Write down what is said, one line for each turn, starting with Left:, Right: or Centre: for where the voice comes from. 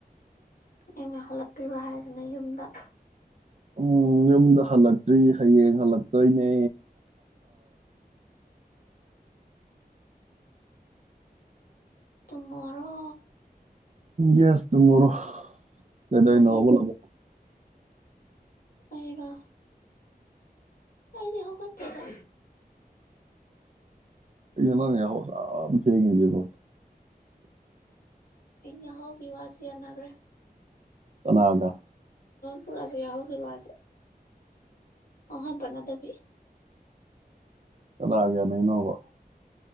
Left: ꯑꯩꯅ ꯍꯜꯂꯛꯇ꯭ꯔꯤꯕ ꯍꯥꯏꯁꯤꯅ ꯌꯨꯝꯗ
Right: ꯎꯝ ꯌꯨꯝꯗ ꯍꯜꯂꯛꯇ꯭ꯔꯤ ꯍꯌꯦꯡ ꯍꯜꯂꯛꯇꯣꯏꯅꯦ
Left: ꯇꯨꯃꯣꯔꯣ
Right: ꯌꯦꯁ ꯇ ꯃꯔꯣ ꯀꯗꯣꯏ
Left: ꯉꯁꯤ
Right: ꯅꯍꯕꯨ ꯂꯕꯣ <inaudible>
Left: ꯑꯔꯣ ꯑꯩꯗꯤ ꯍꯒꯦꯇꯗ ꯀ
Right: ꯅ ꯌꯥꯍꯣ ꯁꯥ ꯊꯦꯉꯤꯁꯤꯕꯣ
Left: ꯏꯌꯥ ꯍꯒ ꯋꯥꯁꯤ ꯍꯌꯥꯅꯥꯒꯔꯦ
Right: ꯀꯅꯥꯒ
Left: ꯄꯨꯔꯥꯁꯦ ꯌꯥꯎꯍꯧꯈꯤꯕ ꯋꯥꯁꯦ ꯑꯍꯣꯏ ꯄꯅꯗꯕꯤ
Right: ꯀꯂꯥꯒ ꯌꯥꯅꯩꯅꯕ